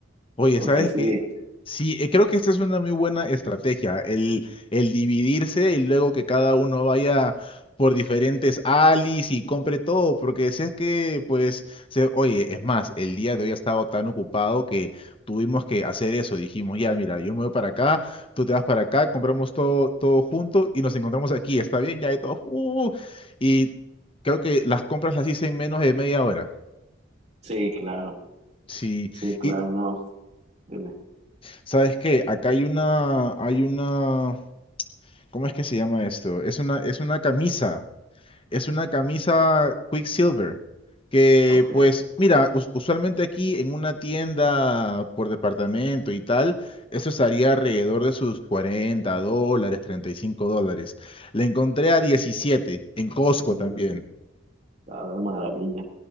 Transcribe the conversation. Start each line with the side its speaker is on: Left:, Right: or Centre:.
Left: Oye,
Right: Porque
Left: ¿sabes
Right: sí,
Left: qué? Sí, eh, creo que esta es una muy buena estrategia, el, el dividirse y luego que cada uno vaya por diferentes alis y compre todo, porque si es que, pues, se- oye, es más, el día de hoy ha estado tan ocupado que tuvimos que hacer eso, dijimos, ya, mira, yo me voy para acá, tú te vas para acá, compramos todo, todo junto y nos encontramos aquí, ¿está bien? Ya de todo, y todos, "Uh". Y creo que las compras las hice en menos de media hora.
Right: sí, claro,
Left: Sí.
Right: sí, claro,
Left: Y
Right: no, dime,
Left: ¿Sabes qué? Acá hay una, hay una, ¿cómo es que se llama esto? Es una, es una camisa, es una camisa Quicksilver, que
Right: ok.
Left: pues, mira, us- usualmente aquí en una tienda por departamento y tal, eso estaría alrededor de sus 40 dólares, 35 dólares. La encontré a 17 en Costco
Right: Mm,
Left: también.
Right: ah, de maravilla,